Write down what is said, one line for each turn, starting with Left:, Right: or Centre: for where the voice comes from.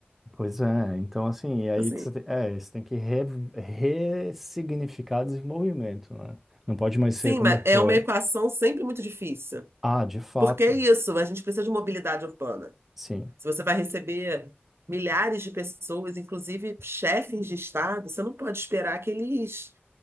Centre: Pois é, então assim, e aí
Right: Assim,
Centre: você te- é, você tem que re, ressignificar desenvolvimento, né? Não pode mais
Right: sim,
Centre: ser como
Right: mas é
Centre: foi.
Right: uma equação sempre muito difícil.
Centre: Ah, de fato,
Right: Porque é isso, a gente precisa de mobilidade urbana.
Centre: sim.
Right: Se você vai receber milhares de pessoas, inclusive chefes de estado, você não pode esperar que eles